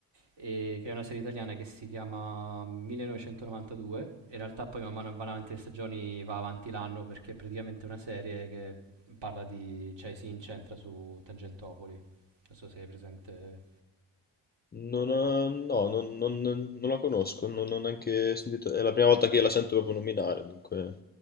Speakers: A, on the right (about 55°); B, on the left (about 20°).
A: e- che è una serie italiana che si chiama 1992. In realtà poi man mano che vanno avanti le stagioni va avanti l'anno perché è praticamente una serie che parla di, cioè si incentra su Tangentopoli. Non so se hai presente.
B: Non ho- no, non, non- non la conosco, non ho neanche sentito, è la prima volta che la sento proprio nominare, dunque